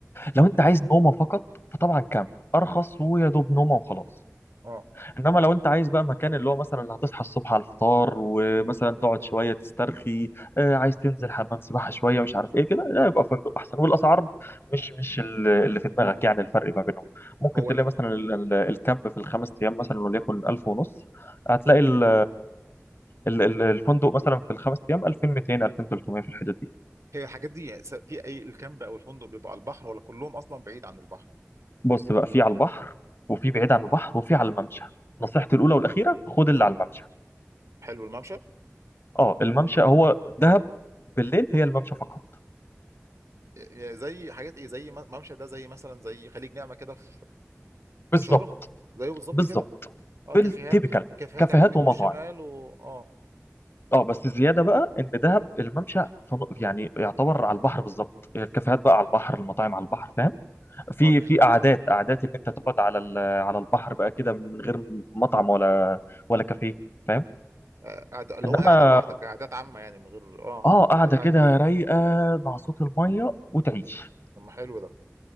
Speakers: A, on the left (about 50°); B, on the right (about 80°).
A: لو انت عايز نومه فقط فطبعا كامب ارخص ويا دوب نومه وخلاص
B: اه
A: انما لو انت عايز بقى مكان اللي هو مثلا هتصحى الصبح على الفطار ومثلا تقعد شويه تسترخي آه عايز تنزل حمام سباحه شويه مش عارف ايه كده لا يبقى فندق احسن والاسعار مش مش ال- اللي في دماغك يعني الفرق ما بينهم ممكن
B: هو
A: تلاقي مثلا ال- ال- الكامب في الخمس ايام مثلا وليكن 1000 ونص هتلاقي ال ال- ال- الفندق مثلا في الخمس ايام 2200 2300 في الحدود دي
B: هي الحاجات دي س- في اي الكامب او الفندق بيبقى على البحر ولا كلهم اصلا بعيد عن البحر
A: بص بقى في على البحر وفي بعيد عن البحر وفي على الممشى نصيحتي الاولى والاخيره خد اللي على الممشى
B: حلو الممشى
A: اه الممشى هو دهب بالليل هي الممشى فقط
B: إيه- زي حاجات ايه زي م- ممشى ده زي مثلا زي خليج نعمة كده في
A: بالظبط
B: في شرم زيه بالظبط
A: بالظبط
B: كده اه
A: بالتيبيكال
B: كافيهات كافيهات
A: كافيهات
B: على اليمين
A: ومطاعم
B: والشمال و اه طب
A: اه بس
B: مم.
A: زياده بقى ان دهب الممشى فن- يعني يعتبر على البحر بالظبط الكافيهات بقى على البحر المطاعم على البحر فاهم في
B: اه مش
A: في قعدات قعدات ان انت تقعد على ال- على البحر بقى كده من غير مطعم ولا ولا كافيه فاهم
B: آه، قاعد اللي
A: انما
B: هو قاعدة لوحدك قعدات عامة يعني من غير اه
A: اه قاعده
B: اي
A: كده
B: اي حد
A: رايقه مع صوت الميه وتعيش
B: طب ما حلو ده